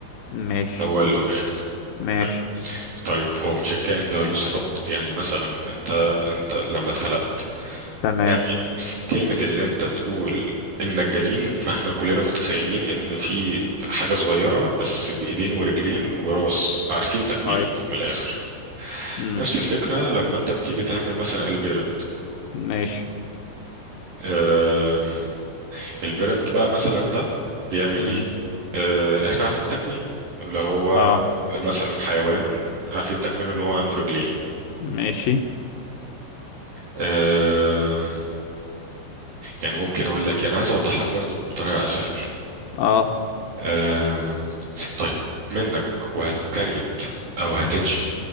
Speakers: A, on the left; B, on the right.
A: ماشي
B: هو الاوبجكت
A: ماشي
B: حلو طيب هو مش الكائن ده له صفات يعني مثلا انت انت لما اتخلقت
A: تمام
B: يعني في كلمة اللي انت تقول انك جنين فاحنا كلنا متخيلين ان في حاجة صغيرة بس بايدين ورجلين وراس عارفين تكوينك
A: كويس
B: من الاخر
A: امم
B: نفس الفكرة لما انت بتيجي تعمل مثلا البيرنت
A: ماشي
B: آم، البيرنت بقى مثلا ده بيعمل
A: امم
B: ايه آه، احنا عارفين تكوينه اللي هو
A: اه
B: مثلا حيوان عارفين تكوينه ان هو عنده رجلين
A: ماشي
B: آه، يعني ممكن اقول لك يعني عايز اوضح لك برضو بطريقة اسهل
A: اه
B: آه، طيب منك وهتكريت او هتنشئ